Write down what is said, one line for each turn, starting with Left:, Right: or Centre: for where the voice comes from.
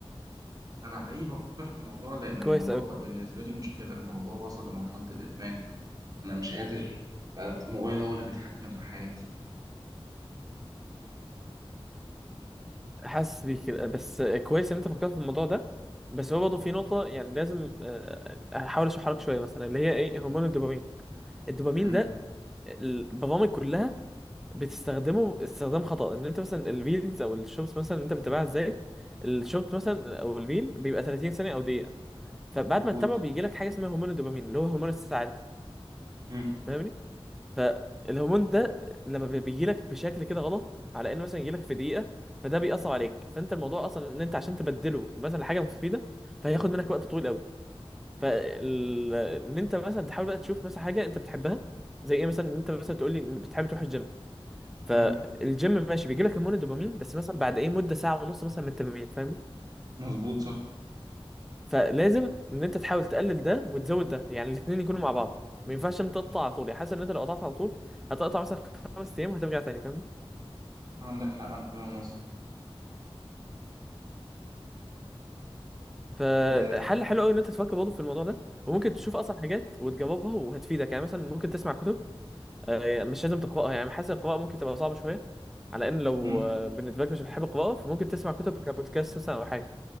Right: انا حقيقي بفكر في الموضوع لان الموضوع
Centre: كويس قوي
Right: بقى بالنسبه لي مشكله الموضوع وصل لمرحله الادمان انا مش قادر بقى الموبايل هو اللي بيتحكم في حياتي
Centre: حاسس بيك كده. بس آه، كويس ان انت فكرت في الموضوع ده بس هو برضه في نقطه يعني لازم آه، احاول اشرحها لك شويه مثلا اللي هي ايه هرمون الدوبامين الدوبامين
Right: امم
Centre: ده البرامج كلها بتستخدمه استخدام خطأ ان انت مثلا الريلز او الشوبس مثلا اللي انت بتتابعها ازاي الشوبس مثلا او الريل بيبقى 30 ثانية او دقيقة فبعد
Right: مظبوط
Centre: ما تتابعه بيجي لك حاجة اسمها هرمون الدوبامين اللي هو هرمون السعادة
Right: امم
Centre: فاهمني فالهرمون ده لما بيجي لك بشكل كده غلط على انه مثلا يجي لك في دقيقة فده بيأثر عليك فانت الموضوع اصلا ان انت عشان تبدله مثلا حاجة مفيدة فهياخد منك وقت طويل قوي فال ان انت مثلا تحاول بقى تشوف مثلا حاجة انت بتحبها زي ايه مثلا ان انت مثلا تقول لي بتحب تروح الجيم فالجيم
Right: امم
Centre: ماشي بيجي لك هرمون الدوبامين بس مثلا بعد ايه مده ساعه ونص مثلا من التمرين فاهمني
Right: مظبوط صح
Centre: فلازم ان انت تحاول تقلل ده وتزود ده يعني الاثنين يكونوا مع بعض ما ينفعش انت تقطع على طول يعني حاسس ان انت لو قطعت على طول هتقطع مثلا خمس ايام وهترجع تاني فاهمني
Right: عندك حق انا فاهم قصدك
Centre: فحل
Right: أه.
Centre: حلو قوي ان انت تفكر برضه في الموضوع ده وممكن تشوف اصلا حاجات وتجربها وهتفيدك يعني مثلا ممكن تسمع كتب آه، مش لازم تقراها يعني حاسس القراءه ممكن تبقى صعبه شويه على ان لو
Right: مم.
Centre: آه، بالنسبه لك مش بتحب القراءه فممكن تسمع كتب كبودكاست مثلا او حاجه